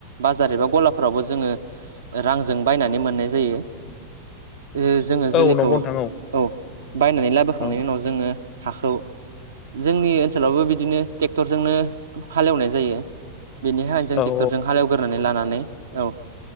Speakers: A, on the right; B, on the left.
A: बाजार एबा गलाफोरावबो जोङो रांजों बा बायनानै मोननाय जायो। ओ जोङो
B: औ
A: जोलैखौ
B: औ नंगौ नोंथां
A: औ बायनानै लाबोखांनायनि
B: औ
A: उनाव जोङो हाखौ जोंनि ओनसोलावबो बिदिनो ट्रेक्टरजोंनो हाल एवनाय जायो बेनि थाखाय जों
B: औ
A: ट्रेक्टरजों हालेवग्रोनानै लानानै औ।